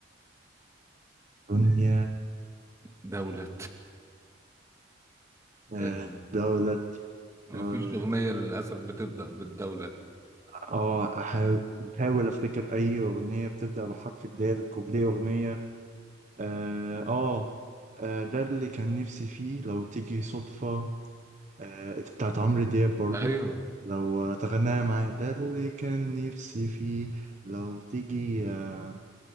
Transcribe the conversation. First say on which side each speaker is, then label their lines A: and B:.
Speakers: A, on the right (about 40°); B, on the right (about 15°).
A: دنيا
B: د- دولة
A: آه.
B: <laughs>
A: دولة
B: ما
A: آه،
B: فيش أغنية للأسف بتبدأ بالدولة
A: اه احاول احاول افتكر اي اغنيه بتبدا بحرف الدال كوبليه اغنيه اه اه آه، ده اللي كان نفسي فيه لو تيجي صدفه آه بتاعت عمرو دياب برضو
B: أيوه
A: لو تغنيها معايا ده اللي كان نفسي فيه لو تيجي آه